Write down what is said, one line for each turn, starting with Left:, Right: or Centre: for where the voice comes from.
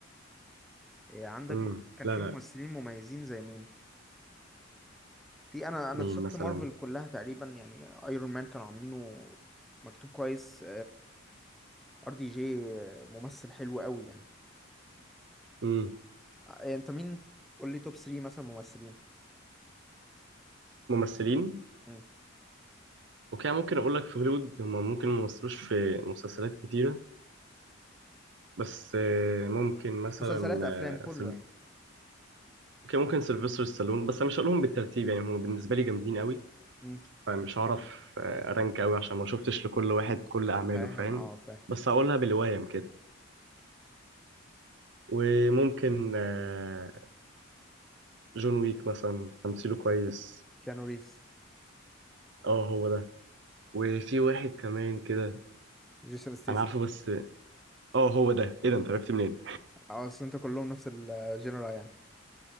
Centre: آه، عندك
Right: امم
Centre: برضه كان
Right: لا
Centre: في
Right: لا
Centre: ممثلين مميزين زي مين في انا انا
Right: مين
Centre: شفت
Right: مثلا
Centre: مارفل كلها تقريبا يعني ايرون مان كانوا عاملينه مكتوب كويس ار دي جي ممثل حلو قوي يعني
Right: امم
Centre: آه، انت مين قول لي توب 3 مثلا ممثلين
Right: ممثلين
Centre: مم.
Right: اوكي ممكن أقول لك في هوليوود هما ممكن ممثلوش في مسلسلات كتيرة بس آه، ممكن مثلا
Centre: مسلسلات افلام
Right: آه،
Centre: كله
Right: سل...
Centre: يعني
Right: اوكي ممكن سيلفستر ستالون بس أنا مش هقولهم بالترتيب يعني هما بالنسبة لي جامدين قوي
Centre: مم.
Right: فمش هعرف آه، أرانك قوي عشان ما شفتش لكل واحد كل أعماله
Centre: فاهم
Right: فاهم
Centre: اه فاهم
Right: بس هقولها بالوايم كده وممكن آه، جون ويك مثلا تمثيله كويس
Centre: كيانو ريفز
Right: اه هو ده وفي واحد كمان كده
Centre: جيسون ستيسن
Right: انا عارفه بس اه هو ده ايه ده انت عرفت منين
Centre: اه اصل انت كلهم نفس الجنرا يعني